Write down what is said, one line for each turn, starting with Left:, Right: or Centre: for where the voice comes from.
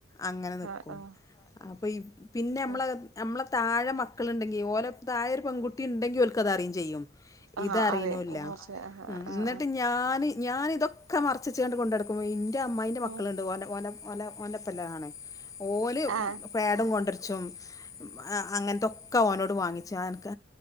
Left: അങ്ങനെ നൽക്കും
Right: ആഹ് ആഹ്
Left: പൈഫ് പിന്നെ നമ്മളെ
Right: ഉം
Left: നമ്മളെ താഴെ മക്കളുണ്ടെങ്കിൽ ഓലെ താഴെ പെൺകുട്ടി ഉണ്ടെങ്കിൽ ഓൾക്ക് അത അറിയയും ചെയ്യും
Right: ആഹ്
Left: ഇതറിയനോല്ല
Right: അറിയാം കൊറച്ച് ആഹ്
Left: ഉം
Right: ആഹ്
Left: എന്നിട്ട്
Right: ആഹ്
Left: ഞാന് ഞാന് ഇതൊക്കെ മറ ച്ചുവച്ചോണ്ട് കൊണ്ട് നട പോയിനി എൻ്റെ അമ്മയിൻ്റെ മക്കളുണ്ട്
Right: ഉം
Left: ഓന ഓന ഓലൻ ഒ ലൻപ്പല്ലണാണ് ഓല്
Right: ആഹ്
Left: പേടം കൊണ്ടിരിച്ചും ആ.. അങ്ങനെ ഇതൊക്കെ ഓനോട് വാങ്ങിച്ച എനിക്ക്